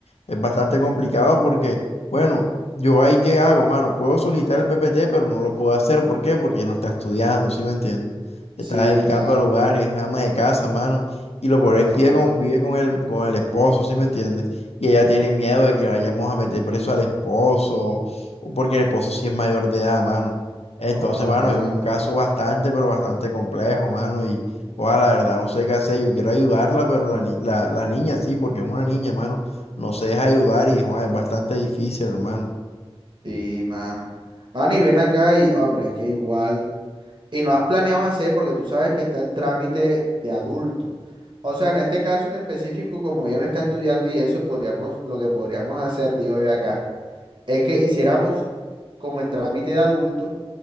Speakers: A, on the left; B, on the right.
A: es bastante complicado porque, bueno, yo ahí qué hago, mano, puedo solicitar el PPT, pero no lo puedo hacer. ¿Por qué? Porque no está estudiando, ¿sí me entiendes? Se
B: Sí,
A: está dedicando
B: claro.
A: al hogar, es ama de casa, mano. Y lo peor
B: O
A: es
B: a
A: que
B: mano.
A: vive con, vive con el, con el esposo, ¿sí me entiendes? Y ella tiene miedo de que vayamos a meter preso al esposo, o porque el esposo sí es mayor de edad, mano. Entonces,
B: O a
A: mano,
B: mano.
A: es un caso bastante, pero bastante complejo, mano. Y, ojalá, la verdad, no sé qué hacer. Yo quiero ayudarla, pero la, ni- la, la niña sí, porque es una niña, mano no se deja ayudar y joder, es bastante difícil, hermano.
B: Sí, mano. Mano, y ven acá y, ah, pero es que igual. Y no has planeado hacer porque tú sabes que está el trámite de adulto. O sea, en este caso en específico, como ya no está estudiando y eso, podríamos, lo que podríamos hacer, digo yo acá, es que hiciéramos como el trámite de adulto,